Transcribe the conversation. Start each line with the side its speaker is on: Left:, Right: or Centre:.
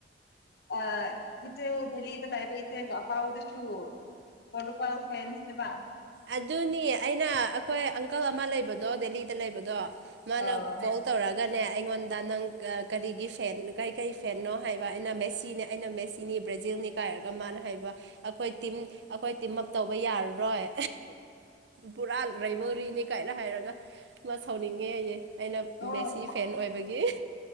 Left: ꯑ ꯏꯆꯦ ꯗꯦꯂꯤꯗ ꯂꯥꯏꯕ ꯏꯆꯦꯒ ꯑꯄꯥꯎꯗꯨꯁꯨ ꯄꯣꯔꯇꯨꯒꯜ ꯐꯦꯟꯁ ꯅꯦꯕꯥ ꯫
Right: ꯑꯗꯨꯅꯤ ꯑꯩꯅ ꯑꯈꯣꯏ ꯑꯡ ꯀꯜ ꯑꯃ ꯂꯩꯕꯗꯣ ꯗꯦꯂꯤꯗ ꯂꯩꯕꯗꯣ ꯃꯥꯅ
Left: ꯑꯥ
Right: ꯀꯣꯜ ꯇꯧꯔꯛꯑꯒꯅꯦ ꯑꯩꯉꯣꯟꯗ ꯅꯪ ꯑꯥ ꯀꯔꯤꯒꯤ ꯐꯦꯟ ꯀꯔꯤ ꯀꯔꯤ ꯐꯦꯟꯅꯣ ꯍꯥꯏꯕ ꯑꯩꯅ ꯃꯦꯁꯤꯅꯦ ꯑꯩꯅ ꯃꯦꯁꯤꯅꯤ ꯕ꯭ꯔꯥꯖꯤꯜꯅꯤ ꯀꯥꯏꯔꯒ ꯃꯥꯅ ꯍꯥꯏꯕ꯫ ꯑꯈꯣꯏ ꯇꯤꯝ ꯑꯈꯣꯏ ꯇꯤꯝ ꯑꯞ ꯇꯧꯕ ꯌꯥꯔꯔꯣꯏ꯫ ꯄꯨꯔꯥ ꯔꯥꯏꯕꯦꯜꯔꯤꯅꯤ ꯀꯥꯏꯅ ꯍꯥꯏꯔꯒ ꯃꯥ ꯁꯥꯎꯅꯤꯡꯉꯦ ꯍꯥꯏꯌꯦ꯫ ꯑꯩꯅ
Left: ꯍꯣꯏ
Right: ꯃꯦꯁꯤ ꯐꯦꯟ ꯑꯣꯏꯕꯒꯤ